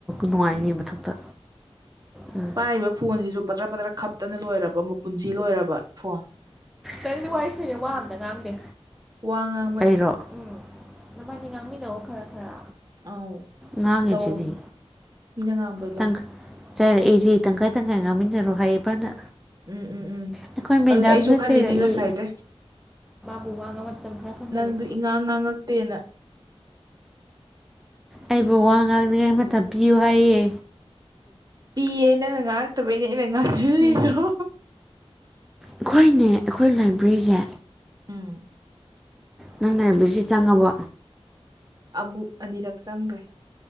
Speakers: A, in the centre; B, on the right (about 35°).
A: ꯅꯨꯡꯉꯥꯏꯅꯤ ꯃꯊꯛꯇ ꯎꯝ
B: ꯄꯥꯏꯔꯤꯕ ꯐꯣꯟꯖꯤꯖꯨ ꯄꯗ꯭ꯔꯥ ꯄꯗ꯭ꯔꯥ ꯈꯞꯇꯅ ꯂꯣꯏꯔꯕ ꯃꯄꯨꯟꯁꯤ ꯂꯣꯏꯔꯕ ꯐꯣꯟ
A: ꯑꯩꯈꯣꯏꯅꯤ ꯋꯥꯔꯤ ꯁꯅꯩ ꯋꯥ ꯑꯝꯇ ꯉꯥꯡꯗꯦ
B: ꯋꯥ ꯉꯥꯡ
A: ꯑꯩꯔꯣ ꯎꯝ ꯅꯥꯕꯟꯅꯤ ꯉꯥꯡꯃꯤꯟꯅꯧꯑꯣ ꯈꯔꯥ ꯈꯔꯥ
B: ꯑꯧ
A: ꯉꯥꯡꯉꯤꯁꯤꯗꯤ
B: ꯂꯧ ꯃꯤꯅ ꯉꯥꯡꯕ
A: ꯇꯪ
B: ꯂꯧ
A: ꯆꯥꯏꯔꯛꯏꯖꯦ ꯇꯪꯈꯥꯏ ꯇꯪꯈꯥꯏ ꯉꯥꯡꯃꯤꯟꯅꯔꯣ ꯍꯥꯏꯌꯦꯕ ꯅ
B: ꯎꯝ ꯎꯝ ꯎꯝ
A: ꯑꯩꯈꯣꯏ ꯃꯦꯗꯥꯝꯅ
B: ꯑꯗꯨꯅꯦ ꯑꯩꯁꯨ ꯈꯜꯂꯤꯅꯦ
A: ꯆꯩꯔꯛꯑꯦ
B: ꯉꯁꯥꯏꯗꯩ
A: ꯕꯨ <unintelligible> ꯋꯥꯉ ꯃꯇꯝ ꯃꯇꯝ ꯈꯔꯥ ꯐꯪꯍꯜꯂꯨ
B: ꯅꯪꯗꯨ ꯏꯉꯥꯡ ꯉꯥꯡꯉꯛꯇꯦꯅ
A: ꯑꯩꯕꯨ ꯋꯥ ꯉꯥꯡꯅꯤꯉꯥꯏ ꯃꯥꯇꯝ ꯄꯤꯌꯨ ꯍꯥꯏꯌꯦ
B: ꯄꯤꯌꯦ ꯅꯪꯅ ꯉꯥꯡꯉꯛꯇꯕꯩꯅꯦ ꯑꯩꯅ ꯉꯥꯡꯖꯤꯜꯂꯤꯗꯣ
A: ꯎꯝ ꯑꯩꯈꯣꯏꯅꯦ ꯑꯩꯈꯣꯏ ꯂꯥꯏꯕ꯭ꯔꯤꯖꯦ
B: ꯎꯝ
A: ꯅꯪ ꯂꯥꯏꯕꯔ꯭ꯔꯤꯖꯦ ꯆꯪꯡꯉꯕꯣ
B: ꯑꯃꯨꯛ ꯑꯅꯤꯔꯛ ꯆꯡꯒ꯭ꯔꯦ